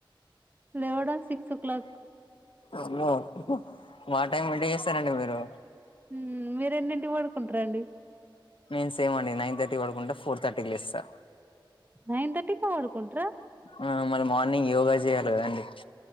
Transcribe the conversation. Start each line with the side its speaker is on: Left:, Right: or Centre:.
Right: లేవడం సిక్స్ ఓ క్లాక్
Left: అమ్మో మా టైం మెంట చేస్తారండి మీరు
Right: ఉమ్మ్మ్ మీరేన్నింటిక్ వడుకుంటరండి
Left: మేమ్ సేమండి నైన్ థర్టీక్ వడుకుంట ఫోర్ థర్టీక్ లేస్తా
Right: నైన్ థర్టీక అడుకుంటరా
Left: ఆ మళ్ళ మార్నింగ్ యోగ జెయాలి గదండీ